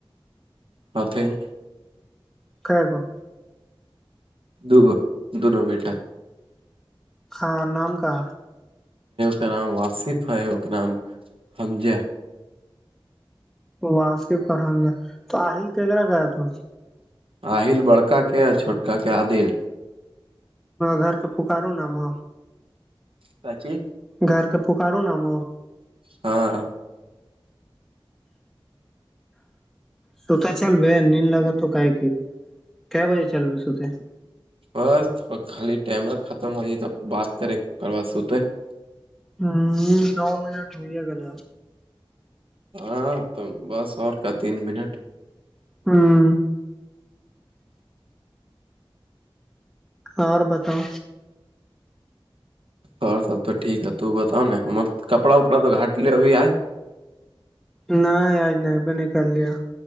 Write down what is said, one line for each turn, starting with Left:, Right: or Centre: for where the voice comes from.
Right: ماتھی <unintelligible>
Centre: خ گو <unintelligible>
Right: دوگو دونوں بیٹا
Centre: خان نام کا
Right: کا نام واصف ہے و کا نام ہمز
Centre: واسیف ارحمدہ تو آل ک کررا گ تو
Right: آہل بڑکا کے اور چھوٹکا کے عادل
Centre: گھر کے پکاروں نااما
Right: کاچی
Centre: گھر کا پکاروں نام
Right: ہاں
Centre: ستا چلب نیند لگا تو کا کہ کیا بجے چلو ستے <unintelligible>
Right: بس تھ خالی ٹمر ختم ہو ج تو بات کریں کر سوتے <unintelligible>
Centre: ہوں نو منٹ ہوئییا گل
Right: ہاں تو بس اور کا تین منٹ
Centre: ہاں اور بتاؤ
Right: اور سب تو ٹیک ہے ت تو بتاؤ نا ہم کپڑا وپڑا تو گاٹ لے ابھی آئے
Centre: نہ آج نہیںب نہیںک لیا